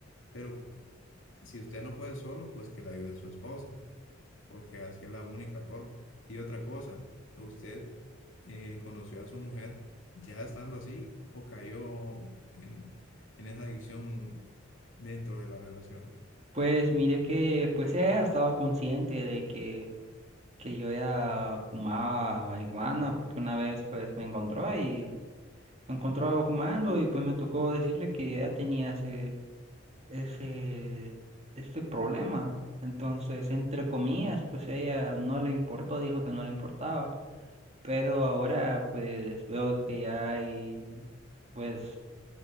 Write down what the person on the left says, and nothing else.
Pero si usted no puede solo, pues que la ayude su esposa. porque así es la única forma. Y otra cosa, ¿usted eh, conoció a su mujer ya estando así o cayó en, en esa adicción dentro de la relación?